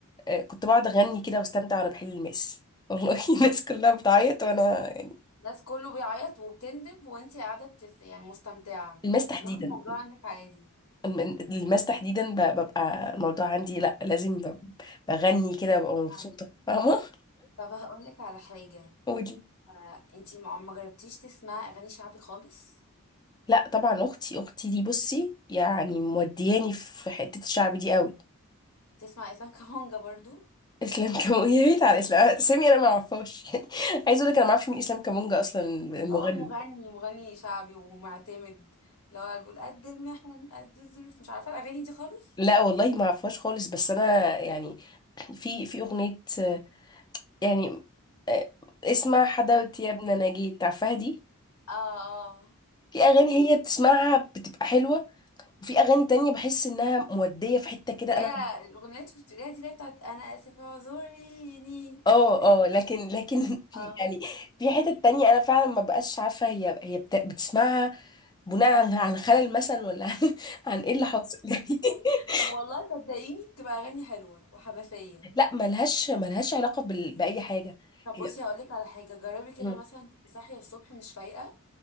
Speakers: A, on the left (about 20°); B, on the left (about 75°).
A: آه كنت بقعد اغني كده واستمتع وانا بحل الماس والله <laughs> الناس كلها بتعيط وانا يعني
B: الناس كله بيعيط وبتندب وانتي قاعده بتس يعني مستمتعه
A: الماس تحديدا
B: اللي هو الموضوع عندك عادي
A: الم- الماس تحديدا ب- ببقى الموضوع عندي لا لازم ب- بغني كده ببقى مبسوطة
B: أيوة.
A: <laughs> فاهمة
B: طب هقول لك على حاجه
A: قولي
B: آه، انتي ما ما جربتيش تسمعي اغاني شعبي خالص
A: لا طبعا اختي اختي دي بصي يعني مودياني في حتة الشعب دي قوي
B: تسمع اسلام كمانجا برضو
A: <laughs> اسلام كامونجا يا ريت على اسلام سامي انا ما اعرفهاش <laughs> يعني عايز اقول لك انا ما اعرفش مين اسلام كامونجا اصلا المغني
B: هو مغني مغني شعبي ومعتمد اللي هو بيقول قد المحن قد الظروف مش عارفه الاغاني دي خالص
A: لا والله ما اعرفهاش خالص بس انا يعني في في اغنية آه، يعني آه، اسمع حدوتي يا ابن نجيت عارفاها دي
B: اه اه
A: في اغاني هي بتسمعها بتبقى حلوة وفي اغاني تانية بحس انها مودية في حتة كده
B: اللي
A: انا
B: هي الاغنيه اللي شفت ليها دي اللي هي بتاعت انا اسف اعذريني
A: اه
B: هي
A: اه لكن لكن <laughs> في
B: اه
A: يعني في حتة تانية انا فعلا ما بقاش عارفة هي هي بت... بتسمعها بناء عن عن خلل مثلا ولا عن, <laughs> عن ايه اللي حاصل <laughs>
B: طب والله صدقيني بتبقى اغاني حلوه وحماسيه
A: لا ملهاش ملهاش علاقة بال... بأي حاجة
B: طب
A: هي
B: بصي هقول لك على حاجه جربي كده
A: مم.
B: مثلا تبقي صاحيه الصبح مش فايقه